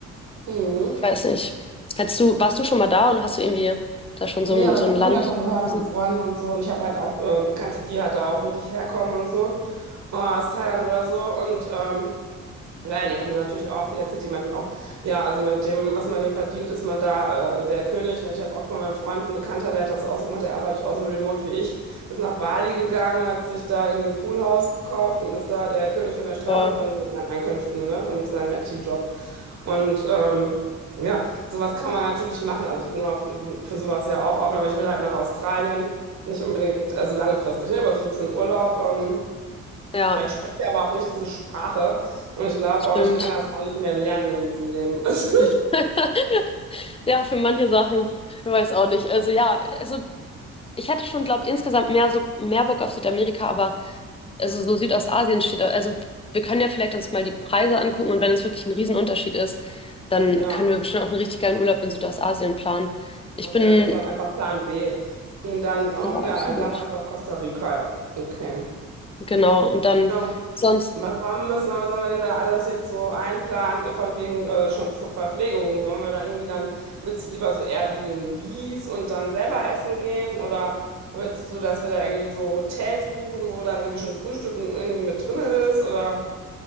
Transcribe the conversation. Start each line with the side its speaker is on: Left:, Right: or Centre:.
Right: Mhm.
Left: Ich weiß nicht. Hättest du, warst du schon mal da und hast du irgendwie da schon so
Right: Nee,
Left: ein,
Right: aber
Left: so
Right: ich
Left: ein
Right: habe
Left: Land
Right: viel davon gehört
Left: im
Right: von
Left: Sinn?
Right: Freunden und so. Und ich habe halt auch äh, Bekannte, die halt da auch wirklich herkommen und so. äh, Aus Thailand oder so. Und ähm, ja, die haben natürlich auch viele erzählt, die meinten auch, ja, also mit dem, was man hier verdient, ist man da äh, der König. Ne? Ich habe auch von meinem Freund einen Bekannter, der hat das auch so gemacht, der arbeitet auch so remote wie ich, ist nach Bali gegangen, hat sich da irgendwie so ein Poolhaus gekauft und ist da der König von der Straße
Left: Boah,
Right: von, mit seinen Einkünften, ne? Von seinem IT-Job. Und ähm, ja, sowas kann man natürlich machen. Also ich bin auf, für sowas ja auch offen, aber ich will halt nach Australien, nicht unbedingt, also langfristig, ne? Aber so für einen Urlaub. Ähm,
Left: ja,
Right: weil ich spreche ja überhaupt nicht diese Sprache und ich glaube
Left: stimmt.
Right: auch, ich kann das auch nicht mehr lernen in diesem Leben. <laughs> Also,
Left: <laughs> Ja, für manche Sachen, ich weiß auch nicht. Also ja, also ich hätte schon, glaube insgesamt mehr so mehr Bock auf Südamerika, aber also so Südostasien steht, also wir können ja vielleicht uns mal die Preise angucken und wenn es wirklich ein Riesenunterschied ist, dann
Right: ja,
Left: können wir bestimmt auch einen richtig geilen Urlaub in Südostasien planen. Ich
Right: okay,
Left: bin,
Right: das ist dann einfach Plan B. Und dann, ähm,
Left: ja,
Right: ja,
Left: absolut.
Right: dann sagen wir einfach Costa Rica. Ja. Okay.
Left: Genau. Und dann
Right: Ja, gut.
Left: sonst,
Right: was, war, müssen, was haben wir denn da alles jetzt so einplanen, von wegen äh, schon Ver- Verpflegung? Sollen wir da irgendwie dann, willst du lieber so Airbnbs und dann selber essen gehen? Oder willst du, dass wir da irgendwie so Hotels buchen, wo dann irgendwie schon Frühstück und irgendwie mit drin ist? Oder,